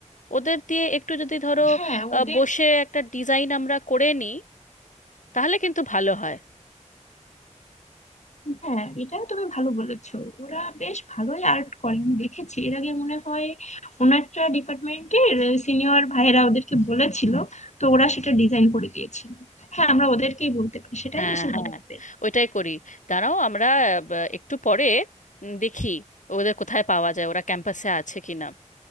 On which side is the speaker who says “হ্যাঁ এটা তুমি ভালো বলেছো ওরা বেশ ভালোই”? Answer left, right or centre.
Left